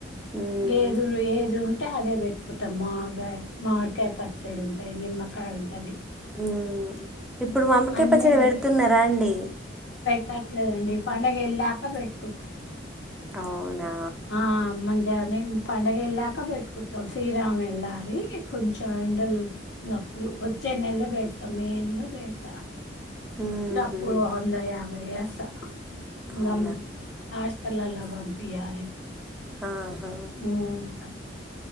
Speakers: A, in the centre; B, on the left.
A: మ్మ్.
B: గేదుల్ ఏదున్ టే అదే పెట్టుకుంటాం మాగాయ మామిడికాయ పచ్చడుంటాయి నిమ్మకాయ ఉంటది
A: ఊమ్మ్ ఇప్పుడు మామిడికాయ
B: అన్ని
A: పచ్చడ పెడుతున్నారా అండి
B: ట్టట్లేదండి పండగెళ్ళాక పెట్టుకుంటాం
A: అవునా
B: ఆ మంగ్ గానిం పండగెళ్ళాక పెట్టుకుంటాం సీరాం ఎళ్ళాలి కొంచెం ఎండలున్నప్పుడు వచ్చే నెలలో పెడతాం మే నెల్లో పెడతా
A: మ్మ్హ్.
B: గప్పుడు వంద యాభైయ్య స
A: అవునా
B: గమ్ ఆస్ పిల్లల్ల పంపియ్యాలిచ్చి
A: ఆహా.
B: ఉమ్మ్